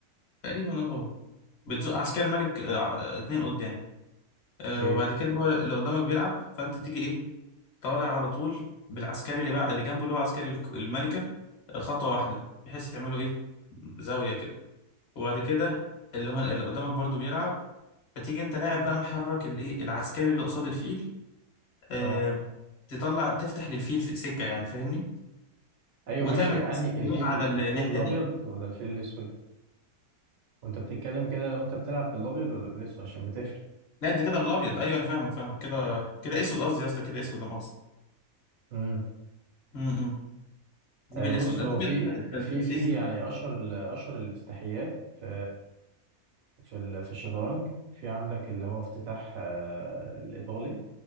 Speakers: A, on the left; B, on the right.
A: تقريبا هو بتزق عسكري الملك آه... ع- اتنين قدام آه...
B: ايه
A: وبعد كده هو اللي قدامك بيلعب فانت تيجي ايه طالع على طول بالعسكري اللي بقى اللي جنبه اللي هو عسكري الك- الملكة آه، خطوة واحدة بحيث يعملوا ايه زاوية كده وبعد كده اللي هو اللي قدامك برضو بيلعب فتيجي انت لاعب بقى محرك الايه العسكري اللي قصاد الفيل آه
B: اه
A: تطلع تفتح للفيل في سكه يعني فاهمني
B: ايوه
A: وتعمل
B: ماشي يعني الفيل
A: جريء على
B: الفيل
A: ال- الناحيه
B: الابيض
A: دي
B: ولا الفيل الاسود وانت بتتكلم كده لو انت بتلعب بالابيض ولا بالاسود عشان بتفرق
A: لا انت كده بالابيض ايوه انا فاهمك فاهمك كده كده اسود قصدي يا اسطى كده اسود انا قصدي
B: امم
A: امم إمم. دي
B: آه
A: بالاسود
B: بص
A: الابيض
B: هو في
A: كان
B: في
A: في
B: في
A: في-
B: يعني اشهر ال- اشهر الافتتاحيات في في ال- في الشطرنج في عندك اللي هو افتتاح آه الايطالي